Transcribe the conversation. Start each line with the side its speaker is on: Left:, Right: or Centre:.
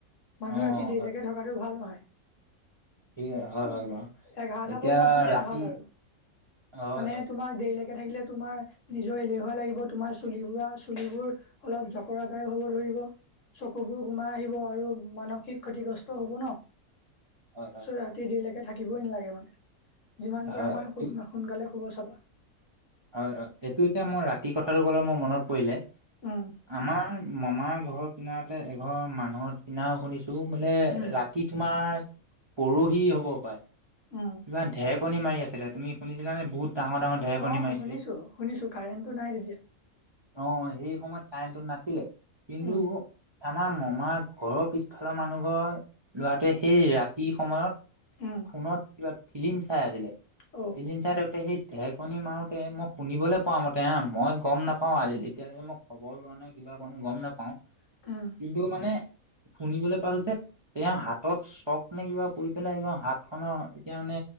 Left: মানুহ
Right: অ
Left: ৰাতি দেৰিলৈকে
Right: হয়
Left: থকাটো ভাল নহয়।
Right: ঠিক হয়
Left: উ
Right: হয় বাৰু
Left: এঘাৰটা
Right: এতিয়া
Left: বজালৈকে
Right: ৰাতি
Left: ভাল আৰু
Right: হয়
Left: মানে
Right: হয়
Left: তোমাৰ দেৰিলৈকে থাকিলে তোমাৰ নিজৰলেহুৱা লাগিব তোমাৰ চ চুলোৰ অ কৰাদায়ক হব ধৰিব চকুবোৰ সোমাই আহিব আৰু মানসিক ক্ষতিগ্ৰস্ত হব ন
Right: হয় হয়
Left: চ ৰাতি দেৰিলৈকে থাকিবই নালাগে মানে যিমান পাৰ
Right: হয়
Left: অকণ সোনকালে শুব চাবা
Right: হয় হয় এইটো এতিয়া মই ৰাতি কথাটো কলে মোৰ মনত পৰিলে
Left: উম
Right: আমাৰ মামাৰ ঘৰৰ কিনাৰতে এঘৰ মানুহৰ কিনাও শুনিছিল টো মানে
Left: উম
Right: ৰাতি তোমাৰ পৰহি হ'ব পাৰে
Left: উম
Right: কিবাঢৰেকণী মাৰি আছিলে তুমি শুনিছিলানে বহুত ডাঙৰ ডাঙৰ ঢেৰেকণী
Left: অ
Right: মাৰিছিলে
Left: শুনিছো শুনিছো কাৰেণ্টটো নাই তেতিয়া
Right: আহ সেই সময়ত কাৰেণ্টটো নাছিলে কিন্তু
Left: উম
Right: আমাৰ মমাৰ ঘৰৰ পিছফালৰ মানুহ ঘৰ লৰাটোৱে সেই ৰাতি সময়ত
Left: উম
Right: ফোনত কিবা ফিলি্ম চাই আছিলে,
Left: অ
Right: ফিলি্ম চাই থাকোতে সেই ঢেৰেকনি মাৰত কে মই শুনিবলে পোৱা মতে হা মই গম নাপাওঁ আজি এতিয়ালৈকে মই খবৰ লোৱা নাই কিবা কৰা নাই গম নাপাওঁ।
Left: উম
Right: কিন্তু মানে শুনিবলৈ পাইছো যে তেওঁৰ হাতত চক নে কিবা পৰি পেলাই হাত খনৰ এতিয়া মানে